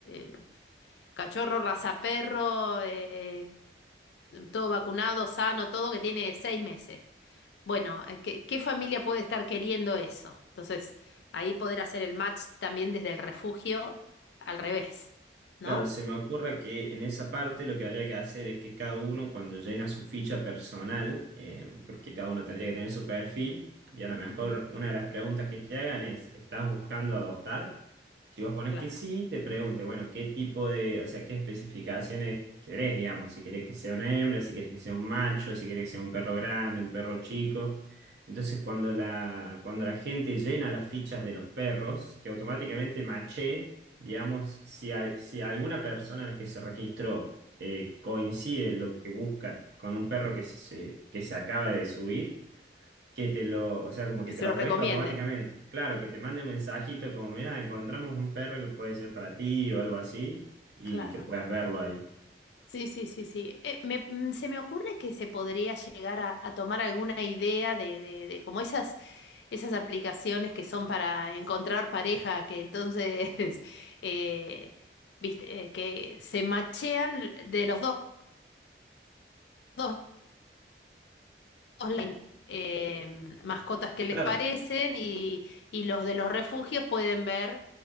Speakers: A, on the left (about 70°); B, on the right (about 70°).
A: eh, cachorro, raza perro, eh, todo vacunado, sano, todo que tiene seis meses. Bueno, eh, ¿qué, qué familia puede estar queriendo eso? Entonces, ahí poder hacer el match también desde el refugio al revés, ¿no?
B: Claro, se me ocurre que en esa parte lo que habría que hacer es que cada uno cuando llena su ficha personal, eh, porque cada uno tendría que tener su perfil, y a lo mejor
A: Ujú,
B: una de las preguntas que te hagan es, ¿estás buscando adoptar? Si vos pones
A: Claro.
B: que sí, te pregunte, bueno, qué tipo de, o sea, qué especificaciones querés, digamos, si querés que sea una hembra, si querés que sea un macho, si querés que sea un perro grande, un perro chico. Entonces, cuando la, cuando la gente llena las fichas de los perros, que automáticamente maché, digamos, si, al- si alguna persona a la que se registró eh, coincide lo que busca con un perro que se, se- que se acaba de subir, que te lo, o sea, como que
A: Que
B: te
A: se
B: lo
A: lo
B: ofrezca
A: recomiende.
B: automáticamente. Claro, que te mande un mensajito como, mira, encontramos un perro que puede ser para ti o algo así, y
A: Claro.
B: que puedas verlo ahí.
A: Sí, sí, sí, sí. Eh, me- mm, se me ocurre que se podría llegar a, a tomar alguna idea de, de, de como esas, esas aplicaciones que son para encontrar pareja, que entonces, <laughs> eh, viste, eh, que se machean de los dos, dos leen eh, mascotas que les
B: Claro,
A: parecen y, y los de los refugios pueden ver